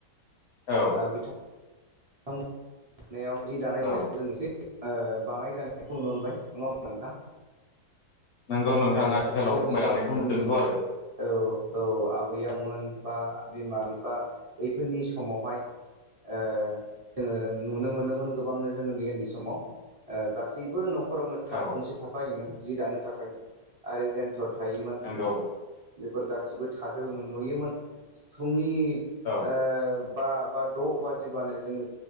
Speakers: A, on the left; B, on the right.
A: औ
B: ओ बिथां नायाव जि दानाय
A: औ
B: लुनायखौ जों एसे ओ बाङाय जानाय बेखौ नुनो मोनबाय नङा होमबा नोंथां?
A: नंगौ नोंथां
B: ओ
A: आथिखालाव
B: सिगांस
A: खमायलांनायखौ
B: फोराव जोंनि
A: नुदोंथ' आरो
B: औ औ आबै आबौमोन बा बिमा बिफा बैफोरनि समावहाय ओ जोङो नुनो मोनोमोन गोबांनो जों उन्दै -उन्दै समाव ओ गासैबो न'खर न'खरावनो थाथ
A: औ
B: गंसे थाखाायोमोन जि दानो थाखाय आरो जेनथ'र थायोमोन।
A: नंगौ
B: बेफोर गासिबो थाजोबोमोन नुयोमोन फुंनि
A: औ
B: ओ बा बा द' बाजिबानो जोङो